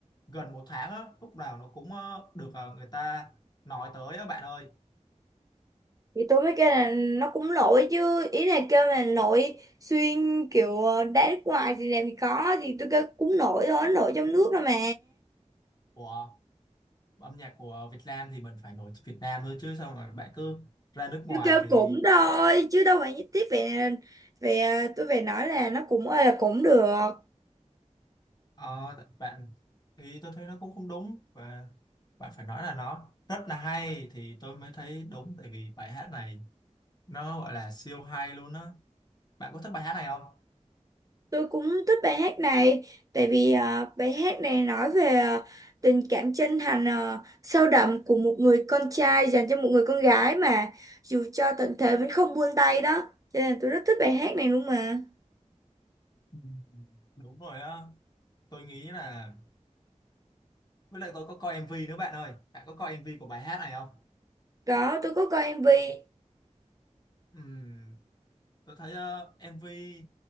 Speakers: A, on the left; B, on the right.
A: gần một tháng á lúc nào nó cũng ờ, được ờ, người ta nói tới á bạn ơi
B: thì tôi mới kêu là nó cũng nổi chứ. Ý là kêu là nổi xuyên kiểu ờ, đá nước ngoài thì làm gì có. Thì tôi kêu cũng nổi thôi, nó nổi trong nước thôi mà.
A: Ủa âm nhạc của Việt Nam thì mình phải nổi tiếng Việt Nam thôi chứ sao mà bạn cứ ra nước ngoài
B: Tôi kêu
A: thì
B: cũng thôi, chứ đâu phải nhất thiết về về tôi phải nói là nó cũng ơi là cũng được.
A: ờ, bạn thì tôi thấy nó cũng không đúng và bạn phải nói là nó rất là hay thì tôi mới thấy đúng tại vì bài hát này nó gọi là siêu hay luôn á bạn có thích bài hát này không
B: Tôi cũng thích bài hát này tại vì à, bài hát này nói về à, tình cảm chân thành à, sâu đậm của một người con trai dành cho một người con gái mà dù cho tận thế vẫn không buông tay đó cho nên tôi rất thích bài hát này luôn mà
A: Ừ. đúng rồi á tôi nghĩ là với lại tôi có coi MV nữa bạn ơi bạn có coi MV của bài hát này không
B: đó tôi có coi MV
A: Ừm, tôi thấy ờ, MV